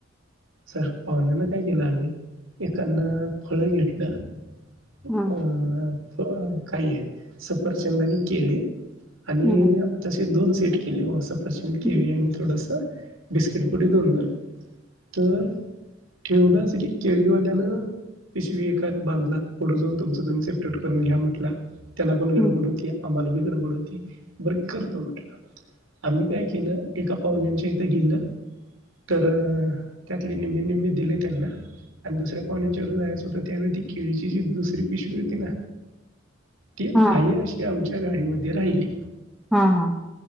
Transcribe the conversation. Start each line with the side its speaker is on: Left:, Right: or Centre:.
Right: सग पाहुण्यांना काय केलं आम्ही एकान फळ घेतलं. अ
Centre: हा
Right: काय हे सफरचंद आणि केळी. आणि
Centre: हम्म
Right: यं तसे दोन सेट केले सफरचंद, केळी
Centre: हम्म
Right: आणि थोडसं बिस्किट पुढे दोन जण तर ठेवलं असं की केळीवाल्यानं पिशवी एकात बांधला पुढं जाऊन तुमचं तुमी सेपरेट करून घ्या म्हणतला. त्याला पण गडबड
Centre: हम्म.
Right: होती आम्हाला बी गडबड होती बर करतो म्हटलं. आम्ही काय केलं एका पाहुण्यांच्या इथ गेलं. तर त्यातले निम्मे निम्मे दिले त्यांना आणि दुसऱ्या पाहुण्यांच्याकड जायाचं आता त्यावेळी ती केळीची जी दुसरी पिशवी हुती ना ती
Centre: हा
Right: आहे अशी आमच्या त्या गाडीमध्ये राहिली.
Centre: हा हा.